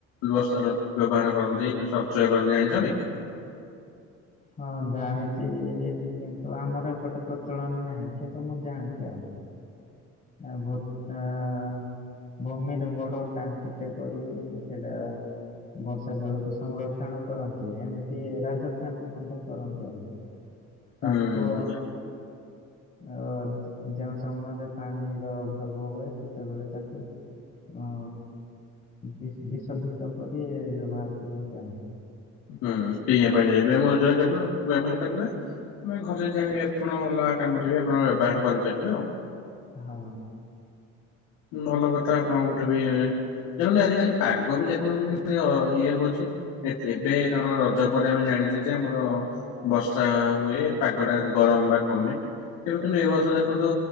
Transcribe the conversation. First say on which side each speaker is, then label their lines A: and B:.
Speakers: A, on the left; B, on the left.
A: ବର୍ଷା ବ୍ୟବହାର କରନ୍ତି ସଂଚୟ କରନ୍ତି ଜାଣିଛନ୍ତି?
B: ହଁ ଜାଣିଚି କିନ୍ତୁ ଆମର ଏପଟେ ପ୍ରଚଳନ ନାହିଁ କିନ୍ତୁ ମୁଁ ଜାଣିଚି ଆଉ। ଆ ବର୍ଷା ଆ ଭୂମିରେ ବଡ ଟାଙ୍କିଟେ କରିକି ସେଇଟା ବର୍ଷା ଜଳକୁ ସଂରକ୍ଷଣ କରନ୍ତି ଏମିତି ରାଜସ୍ଥାନ ମଧ୍ୟ କରନ୍ତି ଆଉ
A: ହୁଁ
B: ତାକୁ ଆଉ ଯେଉଁ ସମୟରେ ପାଣିର ଅଭାବ ହୁଏ ସେତେବେଳେ ତାକୁ ଅ ବି ବିଶୋଧିତ କରି ବ୍ୟବହାର କରନ୍ତି ଆଉ।
A: ହୁଁ ପିଇବା ପାଇଁ ଏବେ ମ ଯୋଉ କରିବା ବ୍ୟବହାର କରିବେ ବା ଘରେ ଯାହାବି ଆପଣ ଅଲଗା କାମରେ ବି ଆପଣ ବ୍ୟବହାର କରିପାରିବେ ଆଉ।
B: ହଁ।
A: ଭଲ କଥା ଆପଣଙ୍କ ପଟେ ବି ଦେଖନ୍ତୁ ଆଜିିକାଲି ପାଗ ବି ଦେଖୁନାହାନ୍ତି କି ଇଏ ହଉଛି ଏବେ କାରଣ ରଜ ପରେ ଆ ଜାଣିଚେ ଯେ ଆମର ବର୍ଷା ହୁଏ ପାଗ ଟା ଗରମ ବା କମେ। ଏବେ କିନ୍ତୁ ଏ ବର୍ଷ ଦେଖନ୍ତୁ